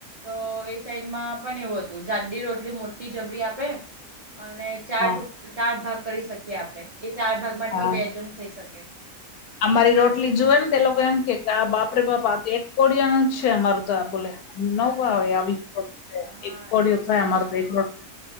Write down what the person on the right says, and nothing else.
તો એ સાઈડ માં પણ એવું હતું. જાડી રોટલી મોટી જબરી આપે. અને ચાર
ટૂક ચાર ભાગ કરી શકીએ આપડે એ ચાર ભાગ માંથી
બે જન ખાઈ શકીએ.
હા
એજ
ને